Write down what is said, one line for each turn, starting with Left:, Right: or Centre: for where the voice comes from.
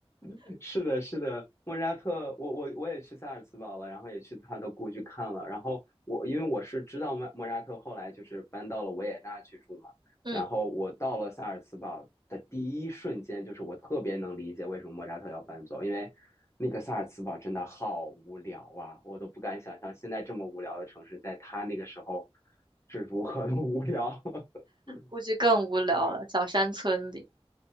Left: <laughs> 是的，是的，莫扎特，我我我也去萨尔茨堡了，然后也去他的故居看了。然后我因为我是知道莫莫扎特后来就是搬到了维也纳去住嘛，
Right: <laughs> 嗯，
Left: 然后我到了萨尔茨堡的第一瞬间，就是我特别能理解为什么莫扎特要搬走，因为那个萨尔茨堡真的好无聊啊，我都不敢想象现在这么无聊的城市，在他那个时候是如何的无聊。<laughs>
Right: 估计更无聊了，
Left: 对，
Right: 小山村里。